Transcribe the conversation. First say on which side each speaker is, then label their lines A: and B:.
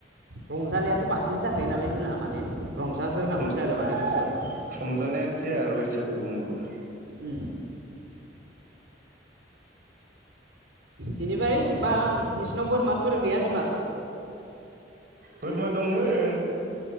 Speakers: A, on the right (about 85°); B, on the right (about 55°).
A: रंजानायाथ बांसिनसो जाखायो नालाय जोंहा माने रंजागोरनांगौसो
B: अ
A: आरो माने बैसागु
B: रंजानायानोसै <unintelligible>
A: उम बेनिफाय बा नोंसिनाव बोरमाफोर गैया नामा
B: बोरमा दंमोन